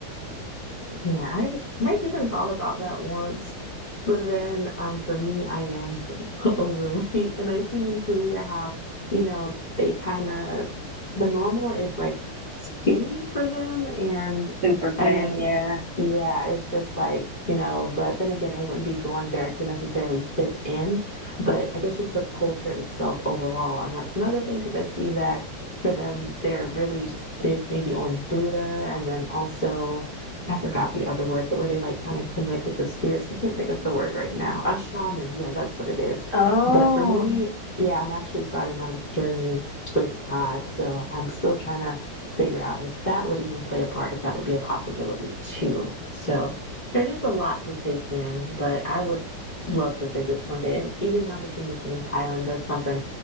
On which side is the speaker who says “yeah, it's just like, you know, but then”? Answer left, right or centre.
Left